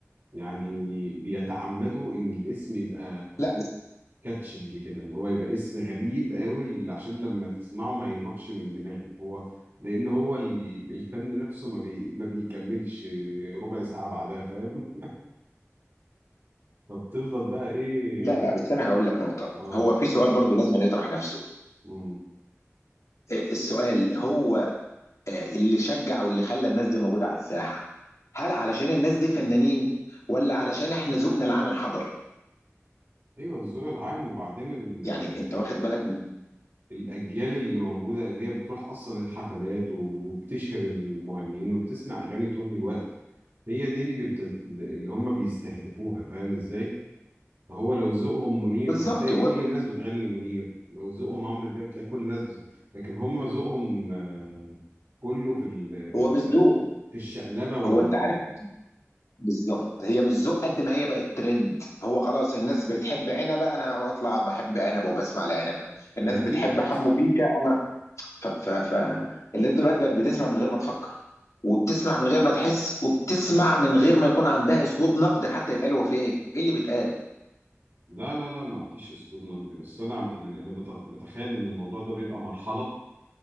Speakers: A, on the right; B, on the left.
A: يعني بيتعمدوا ان الاسم يبقى
B: لا بس
A: كاتشنج كده اللي هو يبقى اسم غريب قوي عشان لما تسمعه ما يروحش من دماغك هو لان هو ال- الفن نفسه ما بي ما بيكملش ربع ساعة بعدها فاهم <laughs> فبتفضل بقى ايه
B: لا لا بس انا هقول لك نقطه
A: اه
B: هو في سؤال برضو لازم أن يطرح نفسه
A: مم.
B: إيه السؤال هو آه، اللي شجع واللي خلى الناس دي موجوده على الساحه هل علشان الناس دي فنانين ولا علشان احنا ذوقنا العام انحدر
A: ايوه الذوق العام وبعدين ال-
B: يعني انت واخد بالك من
A: الاجيال اللي موجوده اللي هي بتروح اصلا الحفلات وبتشهر المغنيين وبتسمع اغاني طول الوقت هي دي اللي بتت... اللي هم بيستهدفوها فاهم ازاي؟ فهو لو ذوقهم منير
B: بالظبط
A: هتلاقي
B: هو
A: كل الناس بتغني منير لو ذوقهم عمرو دياب هتلاقي كل الناس بت... لكن هم ذوقهم آه، كله في ال... في
B: هو
A: ال...
B: مش ذوق
A: في الشقلبة وال
B: هو انت عارف بالظبط هي مش ذوق قد ما هي بقت ترند هو خلاص الناس بتحب عنبه انا اطلع بحب عنبه وبسمع لعنبه
A: ده
B: الناس
A: أكيد
B: بتحب حمو بيكا انا ف ف ف الناس دلوقتي بقت بتسمع من غير ما تفكر وبتسمع من غير ما تحس وبتسمع من غير ما يكون عندها اسلوب نقد حتى يتقال هو في ايه ايه اللي بيتقال
A: لا لا لا ما فيش أسلوب نقدي بس أنا عم- يعني أنا بت... بتخيل إن الموضوع ده بيبقى مرحلة